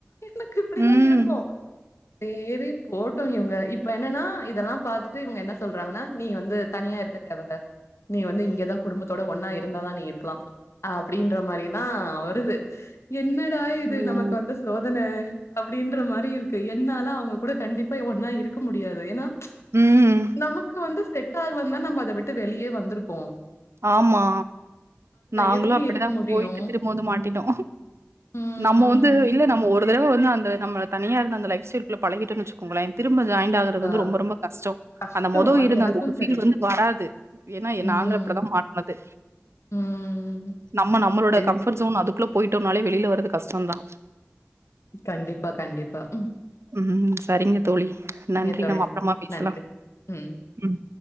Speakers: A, on the left; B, on the right.
A: எனக்கு இப்பிடிதா
B: ம்
A: இருக்கு. சேரி போவுட்டு இவுங்க இப்ப என்னன்னா இதெல்லாம் பாத்துட்டு இவுங்க என்ன சொல்றாங்கன்னா நீ வந்து தனியா இருக்க தேவல நீ வந்து இங்கதா குடும்பத்தோட ஒன்னா இருந்தாதா நீ இருக்கலா. அப்டின்ற மாரி எல்லா வருது என்னடா இது
B: ஐயோ
A: நமக்கு வந்த ஸ் சோதன அப்டின்ற மாரி இருக்கு என்னால அவுங்க கூட கண்டிப்பா ஒன்னா இருக்க முடியாது ஏனா
B: ம்
A: நமக்கு வந்து செட்டாகலன்தா நம்ப அத விட்டு வெளியே வந்துருக்கோ.
B: ஆமா நாங்குளு
A: எப்டி
B: அப்டிதா
A: இருக்க முடியு
B: போயிட்டு திரும்ப வந்து மாட்டிட்டோ.
A: ம்
B: நம்ம வந்து இல்ல நம்ம ஒ ருதடவ வந்து அந்த நம்ம தனியாருந்த அந்த லைஃப் ஸ்டைல்குள்ள பழகிட்டோன் வெச்சுக்கோங்களே திரும்ப ஜாயின்டு ஆக றது வந்து
A: அ
B: ரொம்பொ ரொம்பொ கஷ்டோ.
A: கஷ்டோ
B: அந்த மொதொ
A: அது
B: இருந்த
A: எனக்கு
B: அந்த ஒரு ஃபீல்
A: தெரியு
B: வந்து வராது ஏனா எ
A: ம்
B: நாங்கப் பிடிதா மாட்னது.
A: ம்
B: நம்ம நம்மளோட
A: சரி
B: கம்ஃபட்ஜுன் அதுக்குள்ள போயிட்டோன்னாலே வெளில வரது கஷ்டந்தா.
A: கண்டிப்பா கண்டிப்பா ம்.
B: ம் சரிங்க தோழி நன்றி
A: தோழி
B: நம்ம அப்பறமா பேசலா
A: நன்றி ம்
B: ம்.